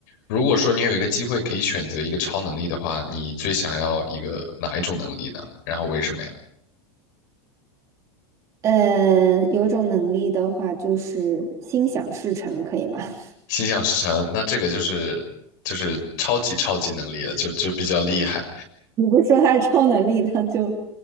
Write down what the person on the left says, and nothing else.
如果说你有一个机会可以选择一个超能力的话，你最想要一个哪一种能力呢？然后为什么呀？
心想事成，那这个就是就是超级超级能力了，就就比较厉害